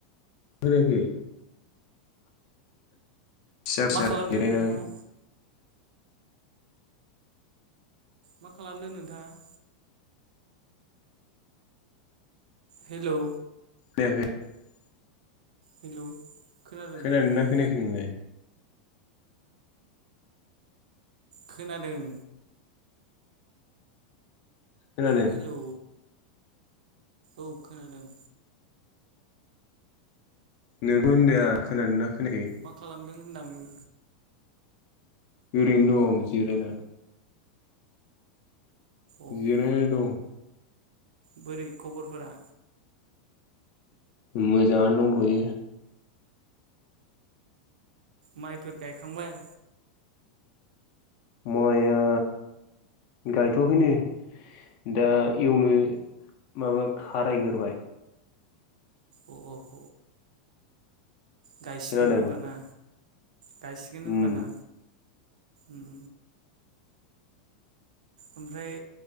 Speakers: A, on the left (about 55°); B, on the right (about 85°).
A: खोनायाखै फिसा फिसा
B: मा खालामदों
A: <unintelligible>
B: नोंथाङा मा खालामदों नोंथाङा हेलौ।
A: दे दे। <unintelligible>
B: हेलौ खोनादों
A: खोनादोंना
B: नोंथां
A: खोनायाखै नोंलाय।
B: खोनादों।
A: खोनादों
B: हेलौ। औ खोनादों।
A: नोंबो होनदो आं खोनादोंना खोनायाखै
B: मा खालाम दों होनदांमोन।
A: ओरैनो दं जिरायना।
B: अह
A: जिरायना दं।
B: बोरै खबरफोरा?
A: मोजाङानो दंथयो।
B: माइफोर गायखांबाय?
A: माइआ गायथाखैनो दा एवनो माबा खारायग्रोबाय।
B: अह। गायसिगोन
A: खोनादों
B: होनबाना। गायसिगोन होनबाना
A: उम
B: उम। ओमफ्राय